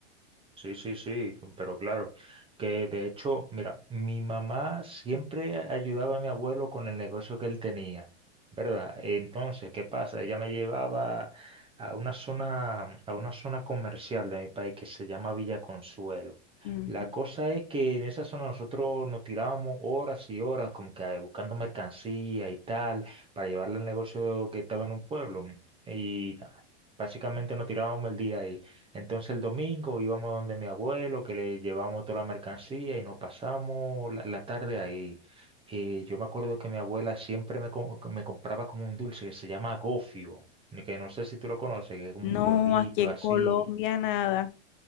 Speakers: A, on the right (about 15°); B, on the left (about 50°).
A: Sí, sí, sí, pero claro, que de hecho, mira, mi mamá siempre ayudaba a mi abuelo con el negocio que él tenía, ¿verdad? Entonces, ¿qué pasa? Ella me llevaba a una zona, a una zona comercial de mi país que se llama Villa Consuelo.
B: Ujú.
A: La cosa es que en esa zona nosotros nos tirábamos horas y horas como que eh, buscando mercancía y tal para llevarle al negocio que estaba en un pueblo. Y nada, básicamente nos tirábamos el día ahí. Entonces el domingo íbamos donde mi abuelo, que le llevamos toda la mercancía y nos pasamos la, la tarde ahí. Y yo me acuerdo que mi abuela siempre me, co- me compraba como un dulce que se llama gofio, ni que no sé si tú lo conoces, que es como
B: No,
A: un polvito
B: aquí en
A: así.
B: Colombia nada.